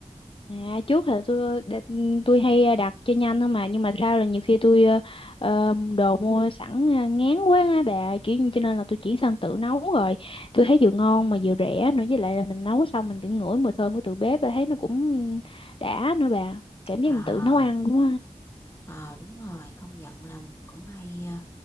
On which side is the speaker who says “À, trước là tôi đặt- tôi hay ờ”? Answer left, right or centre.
Left